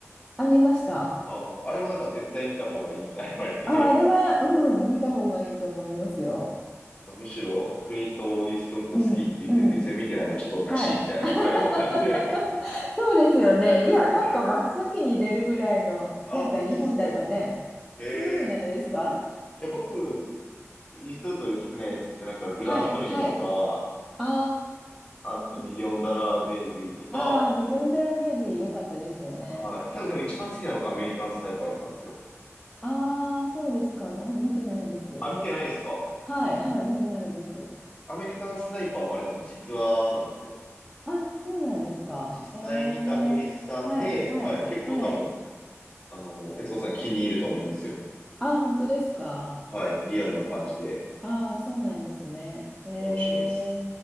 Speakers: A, in the centre; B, on the left.
A: あ、見ました。
B: あー、あれもなんか絶対見た方がいいみたいに言われて、
A: あ、あれは、うん、見た方がいいと思いますよ。
B: <laughs> なんかむしろクリント・イーストウッド好きって言ってて、
A: うん、うん。
B: それ見てないのはちょっとおかしいみたいなぐらいの感じで。
A: はい。<laughs> そうですよね。いや、なんか真っ先に出るぐらいの、
B: <laughs> はい。あ、
A: なんか日本だとね、
B: 本当っすかええ
A: そんなことないですか
B: いや、僕、イーストウッドで好きなやつってなんかグラントリノとか、
A: はい、はい。あ
B: あとミリオンダラーベイビーとか、
A: ー、あー、ミリオンデラベイビー良かったですよね。
B: はい。多分でも一番好きなのがアメリカンスナイパーやったんですよ。
A: あー、そうですか。あ、見てないです。
B: あ、見てないですか
A: はい、はい、見てないです。
B: アメリカンスナイパーもあれなんですよ。実話なんですよ。
A: あ、そうなんですか。
B: 実際にいた兵士さんで、
A: えー、はい、はい、
B: はい。結構多分、
A: はい。
B: あの、悦子さん気に入ると思いますよ。
A: あ、本当ですか。
B: はい。リアルな感じで
A: あー、そうなんですね。え
B: 面白いです。